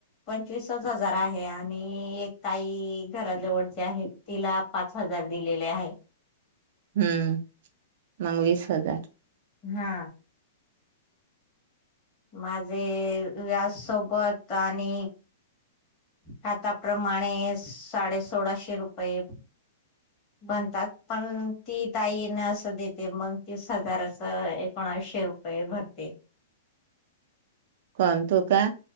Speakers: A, on the left; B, on the right.
A: पंचवीसच हजार आहे आणि एक ताई घराजवळचे आहे तिला पाच हजार दिलेले आहे.
B: हम्म मग वीस हजार
A: हा माझे व्याज सो प त आणि खाताप्रमाणे साडे सोळाशे रुपये बनतात, पण ती ताईन असं देते मग तीस हजार आसं एकोणावशे रुपये भरते.
B: कण? तू का?